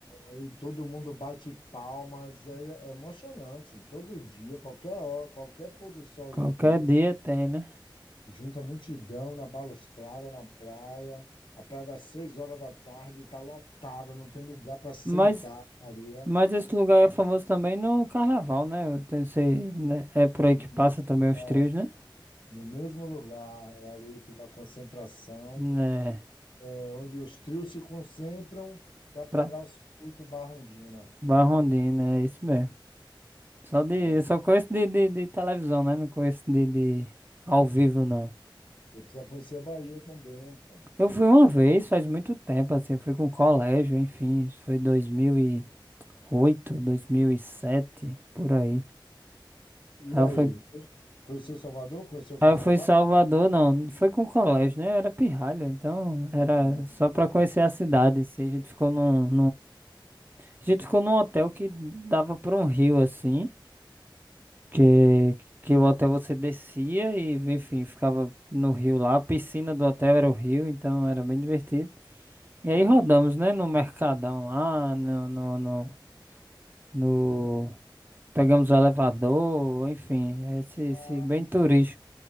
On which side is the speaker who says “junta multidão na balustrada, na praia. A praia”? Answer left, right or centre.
Left